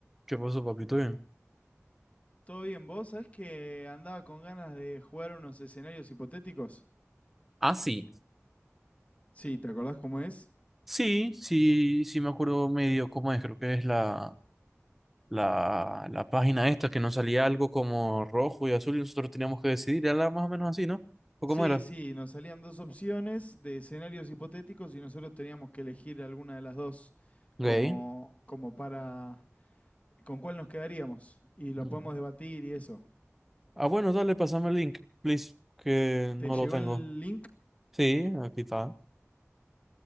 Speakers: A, in the centre; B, on the left (about 25°).
A: ¿Qué pasó, papito? Bien.
B: Todo bien, vos sabés que andaba con ganas de jugar unos escenarios hipotéticos.
A: Ah, sí.
B: Sí, ¿te acordás cómo es?
A: Sí, sí, sí me acuerdo medio cómo es, creo que es la, la, la página esta, que nos salía algo como rojo y azul y nosotros teníamos que decidir, era más o menos así, ¿no? ¿O
B: Sí,
A: cómo era?
B: sí, nos salían dos opciones de escenarios hipotéticos y nosotros teníamos que elegir alguna de las dos
A: Ok.
B: como, como para con cuál nos quedaríamos y lo
A: Mm.
B: podemos debatir y eso.
A: Ah, bueno, dale, pásame el link, please, que no
B: ¿Te llegó
A: lo tengo.
B: el link?
A: Sí, aquí está.